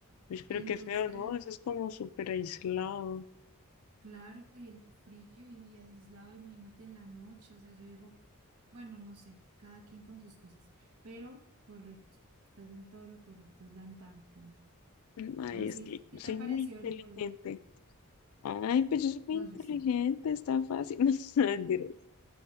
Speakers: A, on the left; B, on the right.
A: Pues, pero
B: Entonces...
A: qué feo, ¿no? Eso es como súper aislado.
B: Claro, y el frío y y aislado, imagínate en la noche, o sea, yo digo, bueno, no sé, cada quien con sus cosas, pero correcto, estás en todo lo correcto, es la Antártida.
A: Ay,
B: Así
A: es que
B: es, ¿qué
A: soy
B: te ha parecido
A: muy
B: el
A: inteligente.
B: juego?
A: Ay, pues yo soy muy
B: No,
A: inteligente,
B: yo sé.
A: está fácil. <laughs> No, Mentiras.